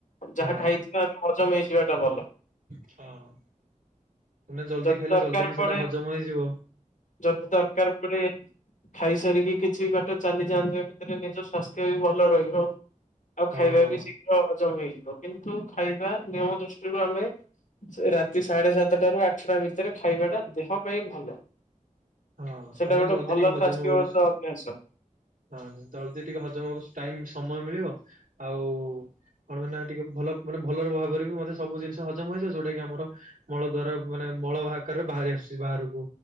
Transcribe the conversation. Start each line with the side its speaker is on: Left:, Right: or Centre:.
Right: ହଁ
Left: ଯାହା ଖାଇଥିବେ ଆମେ ହଜମ ହେଇଯିବାଟା ଭଲ।
Right: ହଁ ମାନେ ଜଲ୍ଦି
Left: ଯଦି
Right: ଖାଇଲେ
Left: ଦରକାର
Right: ଜଲଦି ବି
Left: ପଡେ
Right: ସେଇଟା ହଜମ ହୋଇଯିବ।
Left: ଯଦି ଦରକାର ପଡେ ଖାଇ ସାରିକି କିଛି ବାଟ ଚାଲିଯାଆନ୍ତୁ ୟା ଭିତରେ ନିଜ ସ୍ବାସ୍ଥ୍ୟ ବି ଭଲ ରହିବ। ଆଉ
Right: ହଁ
Left: ଖାଇବା
Right: ହଁ
Left: ବି ଶୀଘ୍ର ହଜମ ହୋଇଯିବ। କିନ୍ତୁ ଖାଇବା ନିୟମ ଦୃଷ୍ଟିରୁ ଆମେ ସେ ରାତି ସାଢେ ସାତଟା ରୁ ଆଠଟା ଭିତରେ ଖାଇବାଟା ଦେହ ପାଇଁ ଭଲ।
Right: ହଁ
Left: ସେଇଟା
Right: କହିଲ
Left: ଗୋଟେ
Right: ଜଲଦି
Left: ଭଲ
Right: ଟିକେ ହଜମ
Left: ସ୍ୱାସ୍ଥ୍ୟଗତ
Right: ହବାକୁ
Left: ଅଭ୍ୟାସ
Right: ହଁ ତଦ ଟିକେ ହଜମ ଟାଇମ ସମୟ ମିଳିବ ଆଉ କଣ ମାନ ଟିକେ ଭଲ ମାନେ ଭଲ ଭାବରେ ବି ମୋତେ ସବୁ ଜିନିଷ ହଜମ ହେଇଯିବ ଯୋଉଟା କି ଆମର ମଳ ଦ୍ଵାରା ମାନେ ମଳ ଆକରେ ବାହାରି ଆସିୁଛି ବାହାରକୁ